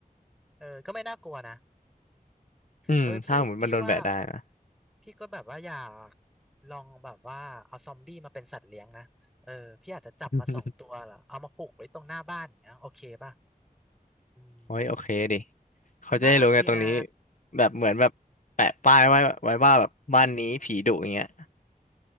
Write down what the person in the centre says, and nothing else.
เออก็ไม่น่ากลัวนะ
เอ้ยพี่พี่ว่าพี่ก็แบบว่าอยากลองแบบว่าเอาซอมบี้มาเป็นสัตว์เลี้ยงนะเออพี่อาจจะจับมาสองตัวเหรอเอามาผูกไว้ตรงหน้าบ้านอย่างเงี้ยโอเคป่ะ
อืม
มันน่ารักดีนะ